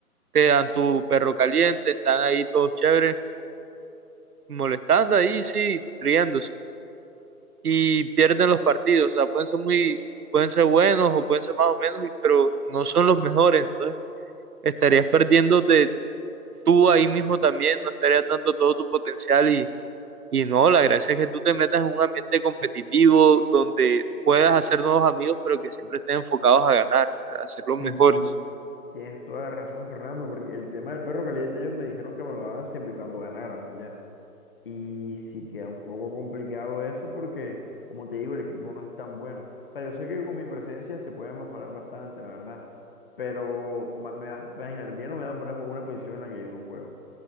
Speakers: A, on the right; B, on the left.
A: te dan tu perro caliente, están ahí todos chéveres, molestando ahí, sí, riéndose. Y pierden los partidos, o sea, pueden ser muy, pueden ser buenos o pueden ser más o menos, y- pero no son los mejores, entonces estarías perdiéndote tú ahí mismo también, no estarías dando todo tu potencial y, y no, la gracia es que tú te metas en un ambiente competitivo donde puedas hacer nuevos amigos, pero que siempre estén enfocados a ganar, a ser los mejores.
B: Sí, sí, tienes toda la razón, Fernando, porque el tema del perro caliente ellos me dijeron que me lo daban siempre y cuando ganáramos ya. Y sí queda un poco complicado eso porque, como te digo, el equipo no es tan bueno. O sea, yo sé que con mi presencia se puede mejorar bastante, la verdad Pero ma- me da- imagínate, primero me van a poner a jugar una posición en la que yo no juego.